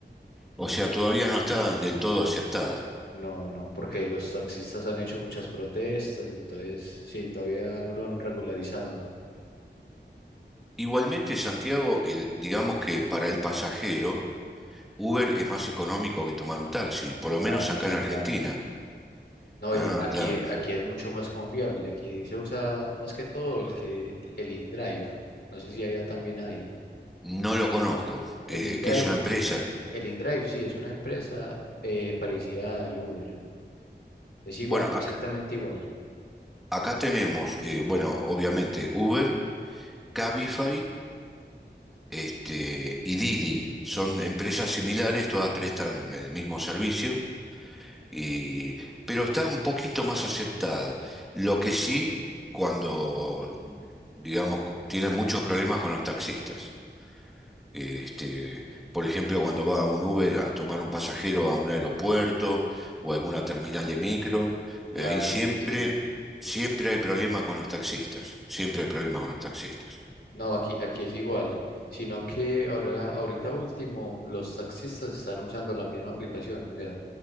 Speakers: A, in the centre; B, on the left.
A: O sea, todavía no está del todo aceptada.
B: No, no, porque los taxistas han hecho muchas protestas, y entonces sí, todavía no lo han regularizado.
A: Igualmente, Santiago, el, digamos que para el pasajero, Uber es más económico que tomar un taxi, por lo menos
B: Claro,
A: acá
B: sí,
A: en Argentina.
B: claro. No,
A: Ah,
B: y aquí,
A: claro.
B: aquí es mucho más confiable. Aquí se usa más que todo el que el InDrive. No sé si allá también hay.
A: No lo conozco. Eh,
B: El InDrive,
A: ¿qué es una empresa?
B: el InDrive sí, es una empresa eh, parecida al Uber. Es igual,
A: Bueno,
B: exactamente
A: ac-
B: igual.
A: acá tenemos, eh, bueno, obviamente Uber, Cabify, este, y Didi. Son empresas similares, todas prestan el mismo servicio, y, pero está un poquito más aceptada. Lo que sí, cuando, digamos, cu- tienen muchos problemas con los taxistas. Este, por ejemplo, cuando va un Uber a tomar un pasajero a un aeropuerto o a alguna terminal de micro,
B: Claro,
A: eh, ahí siempre,
B: sí, sí. Sí,
A: siempre hay problema con los taxistas. Siempre hay problema con los taxistas.
B: No, aquí, aquí es igual, sino que ahora, ahorita último, los taxistas están usando la misma aplicación, o sea,